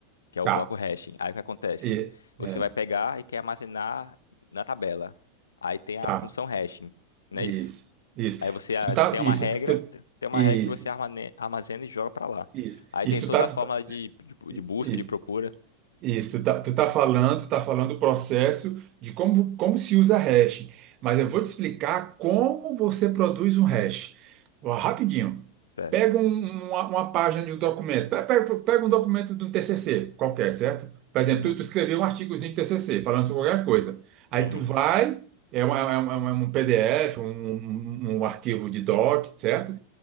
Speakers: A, on the left; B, on the right.
A: que é o
B: tá.
A: bloco hash. Aí o que acontece?
B: E-
A: Você
B: é.
A: vai pegar e quer armazenar na tabela. Aí tem a
B: tá.
A: função hashing, não
B: Isso,
A: é isso?
B: isso.
A: Aí você ah,
B: Tu tá,
A: tem uma
B: isso,
A: regra,
B: tu,
A: te- tem uma
B: isso,
A: regra que você armane- armazena e joga pra lá.
B: isso,
A: Aí
B: isso.
A: tem toda
B: Tu tá,
A: a
B: tu
A: forma
B: tá-
A: de, de, de busca,
B: isso.
A: de procura.
B: Isso, tá- tu tá falando, tu tá falando o processo de como, como se usa hash, mas eu vou te explicar como você produz um hash. Ó, Rapidinho.
A: Certo.
B: Pega um- uma, uma página de um documento, pe- pe- pega, um documento de um TCC qualquer, certo? Por exemplo,
A: Sim.
B: tu, tu escreveu um artigozinho de TCC falando sobre qualquer coisa. Aí
A: Uhum.
B: tu vai, é, uma- é uma- é um PDF, um, um um um arquivo de doc, certo?